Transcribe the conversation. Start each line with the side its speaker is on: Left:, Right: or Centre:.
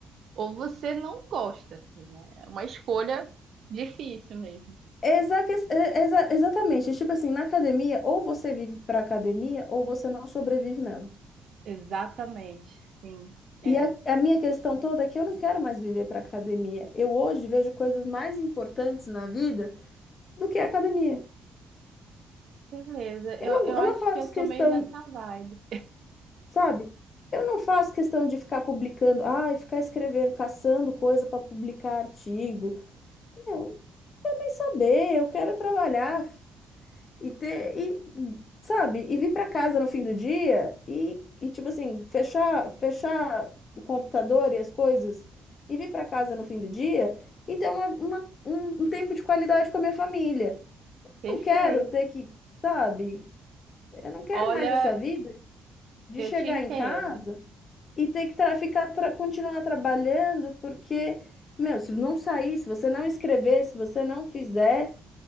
Right: ou você não gosta, assim, é uma escolha difícil mesmo.
Left: Exa é- exa- exatamente, tipo assim, na academia, ou você vive para academia ou você não sobrevive nela.
Right: Exatamente, sim, é.
Left: E a, a minha questão toda é que eu não quero mais viver para academia. Eu hoje vejo coisas mais importantes na vida do que a academia.
Right: Beleza,
Left: Eu
Right: eu,
Left: não,
Right: eu
Left: eu
Right: acho
Left: não faço
Right: que eu tô
Left: questão,
Right: meio nessa vibe.
Left: sabe? Eu não faço questão de ficar publicando, ai, ficar escrevendo, caçando coisa para publicar artigo. Meu, eu nem saber, eu quero trabalhar. E ter, e, sabe, e vir para casa no fim do dia e, e tipo assim, fechar, fechar o computador e as coisas e vir para casa no fim do dia e ter uma, uma- um, um tempo de qualidade com a minha família.
Right: Perfeito.
Left: Não quero ter que, sabe, eu não quero
Right: Olha,
Left: mais essa vida de
Right: eu
Left: chegar
Right: te entendo.
Left: em casa e ter que tra ficar tra continuar trabalhando porque, meu, se não sair, se você não escrever, se você não fizer.